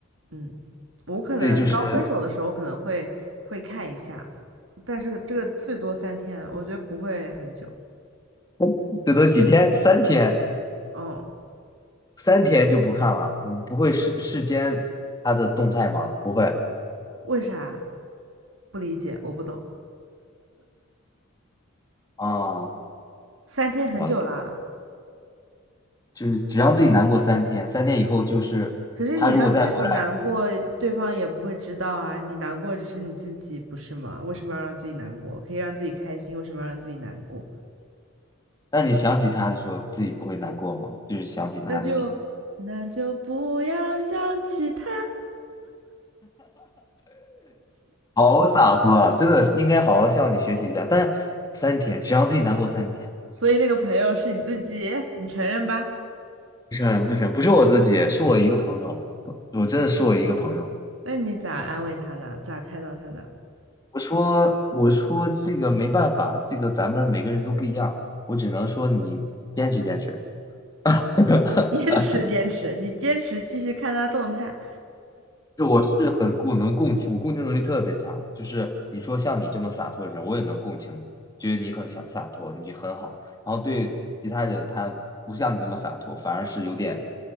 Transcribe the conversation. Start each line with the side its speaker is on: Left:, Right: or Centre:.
Right: 嗯，我可能刚分手的时候可能会会看一下，
Left: 对，就是
Right: 但是这个最多三天，我觉得不会很久。
Left: <laughs> 最多几天，三天，
Right: 嗯，
Left: 三天就不看了。你不会视视奸他的动态吗？不会
Right: 为啥？不理解，我不懂。
Left: 啊，
Right: 三天很久啦，
Left: 哇塞，就是只让自己难过三天，三天以后就是他如果再回来，
Right: 可是你让自己难过，对方也不会知道啊。你难过只是你自己，不是吗？为什么要让自己难过？可以让自己开心，为什么要让自己难过？
Left: 当你想起他的时候，自己不会难过吗？就是想起他的一些，
Right: 那就那就不要想起他。
Left: 好洒脱啊！真的应该好好向你学习一下。但三天，只让自己难过三天，
Right: 所以那个朋友是你自己，你承认吧？
Left: 不是不是不是我自己，是我一个朋友，我真的是我一个朋友。
Right: 那你咋安慰他的？咋开导他的？
Left: 我说，我说这个没办法，这个咱们每个人都不一样，我只能说你坚持坚持。<laughs>
Right: 坚持，坚持，你坚持继续看他动态。
Left: 就我是很共能共情，我共情能力特别强。就是你说像你这么洒脱的人，我也能共情你，觉得你很小洒脱，你就很好。然后对其他人，他不像你那么洒脱，反而是有点